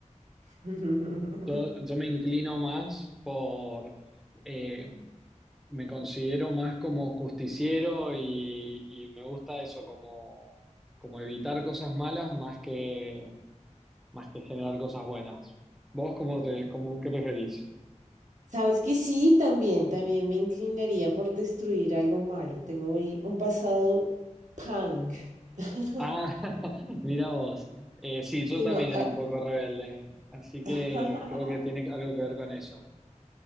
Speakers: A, on the right; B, in the centre.
A: <laughs>
B: Yo, yo me inclino más por, eh, me considero más como justiciero y, y me gusta eso, como, como evitar cosas malas más que, más que generar cosas buenas. ¿Vos cómo te, cómo, qué preferís?
A: Sabes que sí, también, también me inclinaría por destruir algo malo. Tengo ahí un pasado punk. <laughs>
B: Ah, <laughs> mira vos. Eh, sí, yo
A: Sí,
B: también
A: no, a-
B: era un poco rebelde, así que
A: <laughs>
B: creo que tiene algo que ver con eso.